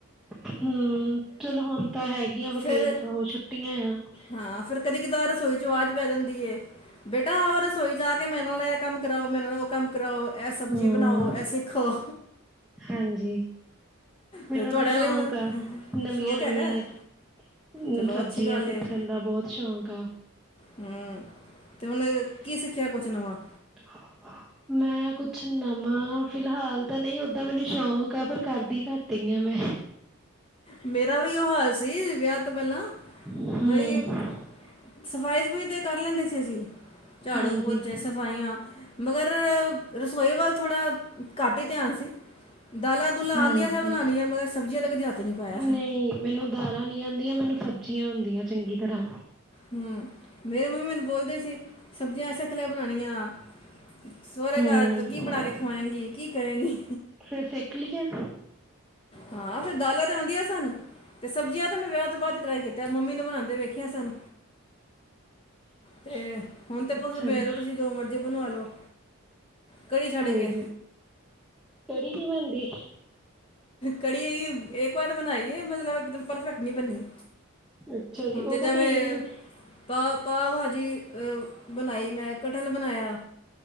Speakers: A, in the centre; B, on the left.
A: ਹੂ, ਚਲੋ ਹੁਣ ਤਾਂ ਹੈਗੀਆਂ, ਵਕੇ
B: ਫਿਰ
A: ਉਹ ਛੁੱਟੀਆਂ ਆ।
B: ਹਾਂ ਫੇਰ ਕਦੇ ਕੇਦਾਰ ਰਸੋਈ ਚੋ ਆਵਾਜ਼ ਪੈ ਜਾਂਦੀ ਏ। ਬੇਟਾ ਆਉ ਰਸੋਈ ਚ ਆ ਕੇ ਮੇਰੇ ਨਾਲ ਐ ਕੰਮ ਕਰਾਓ, ਮੇਰੇ ਨਾਲ ਓ ਕੰਮ ਕਰਾਓ, ਐ ਸਬਜ਼ੀ
A: ਹੂੰ
B: ਬਣਾਓ, ਐ ਸਿੱਖੋ
A: ਹਾਂਜੀ। ਮੈਨੂੰ
B: ਤੇ ਤੁਹਾਡੇ
A: ਤਾ ਸ਼ੌਂਕ
B: ਨਾਲ ਵੀ
A: ਆ, ਨਵੀਆਂ-
B: ਸ਼ੌਕ ਹੈਗਾ
A: ਨਵੀਆਂ
B: ਹੈ?
A: ਹੂੰ
B: ਚਲੋ
A: ਸਬਜ਼ੀਆਂ
B: ਅੱਛੀ ਗੱਲ
A: ਸਿੱਖਣ
B: ਹੈ
A: ਦਾ ਬਹੁਤ ਸ਼ੌਕ ਆ
B: ਹੂੰ ਤੇ ਹੁਨ ਕੀ ਸਿੱਖਿਆ ਕੁਜ ਨਵਾ
A: ਹ <inaudible> ਮੈਂ ਕੁਛ ਨਵਾਂ ਫਿਲਹਾਲ ਤਾਂ ਨਹੀਂ ਓਦਾਂ ਮੈਨੂੰ ਸ਼ੌਂਕ ਆ ਪਰ ਕਰਦੀ ਘੱਟ ਈ ਹਾਂ ਮੈਂ
B: ਮੇਰਾ ਵੀ ਉਹ ਹਾਲ ਸੀ ਵਿਆਹ ਤੋਂ ਪਹਿਲਾਂ
A: ਹੂੰ
B: ਬਈ ਸਫ਼ਾਈ -ਸਫੂਈ ਤੇ ਕਰ ਲੈਂਦੇ ਸੀ ਅਸੀਂ ਝਾੜੂ-
A: ਹਾਂਜੀ।
B: ਪੋਚੇ ਸਫਾਈਆਂ ਮਗਰ ਰਸੋਈ ਵੱਲ ਥੋੜ੍ਹਾ ਘੱਟ ਹੀ ਧਿਆਨ ਸੀ ਦਾਲਾਂ ਦੁਲਾਂ
A: ਹਾਂਜੀ
B: ਆਂਦੀਆਂ ਸੀ ਬਣਾਣੀਆਂ ਮਗਰ ਸਬਜ਼ੀਆਂ ਦਾ ਕਦੇ ਹੱਥ ਨਹੀਂ ਪਾਇਆ
A: ਨਹੀਂ ਮੈਨੂੰ ਦਾਲਾਂ ਨੀ ਆਂਦੀਆਂ, ਮੈਨੂੰ ਸਬਜ਼ੀਆਂ ਆਂਦੀਆਂ ਚੰਗੀ ਤਰ੍ਹਾਂ
B: ਹੂੰ ਮੇਰੇ ਮੰਮੀ ਮੈਨੂੰ ਬੋਲਦੇ ਸੀ, ਸਬਜ਼ੀਆਂ ਸਿੱਖ ਲੈ ਬਣਾਣੀਆਂ ਸਹੁਰੇ
A: ਹਾਂ।
B: ਘਰ ਕੀ ਬਣਾ ਕੇ ਖਵਾਏਗੀ ਕੀ ਕਰੇਗੀ
A: ਫੇਰ ਸਿੱਖਲੀਆਂ
B: ਹਾਂ ਫੇਰ ਦਾਲਾਂ ਤੇ ਆਦੀਆਂ ਸਨ ਤੇ ਸਬਜ਼ੀਆਂ ਤਾਂ ਮੈਂ ਵਿਆਹ ਤੋਂ ਬਾਅਦ ਟਰਾਈ ਕੀਤਾ ਮੰਮੀ ਨੂੰ ਬਣਾਂਦੇ ਵੇਖੀਆਂ ਸਨ ਫੇਰ ਹੁਣ ਤੇ
A: ਅੱਛਾ
B: ਤੁਸੀਂ ਮੇਰੇ
A: ਜੀ।
B: ਕੋ ਜੋ ਮਰਜ਼ੀ ਬਣਵਾ ਲੋ ਕੜੀ
A: ਹਾਂਜੀ
B: ਛੱਡ ਕੇ।
A: ਕੜੀ ਕਿ ਬਣਦੀ
B: ਕੜੀ ਇੱਕ ਵਾਰ ਬਣਾਈਏ ਮਤਲਬ ਇਕ ਦਮ ਪਰਫੈਕਟ ਨਹੀਂ ਬੰਨੀ।
A: ਅੱਛਾ ਜੀ
B: ਹੁਣ
A: ਉਹਦਾ
B: ਤੇ ਜਵੇਂ
A: ਤਾਂ ਤਾਂ ਇਹੀ
B: ਪਾ ਪਾਓ ਭਾਜੀ ਬਣਾਈ ਮੈਂ ਕਠਲ ਬਣਾਇਆ।